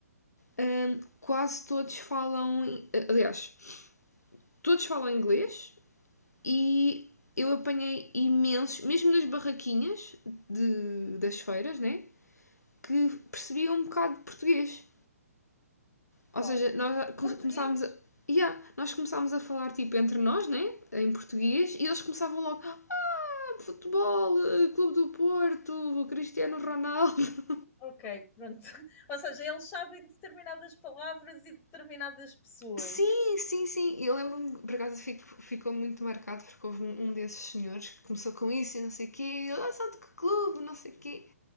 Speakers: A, on the left (about 85°); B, on the left (about 20°).
A: hum, quase todos falam. Aliás, todos falam inglês, e eu apanhei imensos, mesmo nas barraquinhas de, das feiras, né? Que percebiam um bocado de português.
B: Qual?
A: Ou seja, nós co-
B: Português?
A: começámos a. Yeah, nós começámos a falar tipo entre nós, né? Em português, e eles começavam logo. Ah, futebol, eh, Clube do Porto, Cristiano Ronaldo. <laughs>
B: Ok, pronto. <laughs> Ou seja, eles sabem determinadas palavras e determinadas pessoas.
A: Sim, sim, sim. E eu lembro-me, por acaso fico, ficou muito marcado porque houve um, um desses senhores que começou com isso e não sei o quê. E ele, ah, são de que clube, não sei o quê.